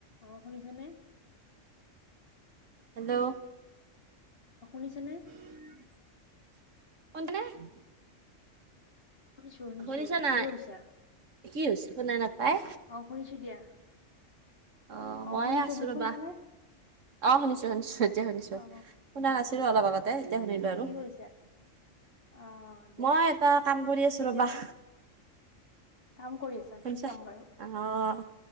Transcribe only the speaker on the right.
হেল্ল'!
<inaudible>
শুনিছা নাই
কি হৈছে, শুনা নাপায়।
অ', মইয়ে
আছোঁ
ৰ'বা।
অ', শুনিছোঁ শুনিছোঁ এতিয়া শুনিছোঁ।
শুনা নাছিলো অলপ আগতে, এতিয়া শুনিলোঁ আৰু।
মই এটা কাম কৰি আছোঁ
ৰ'বা।
শুনিছা
অ',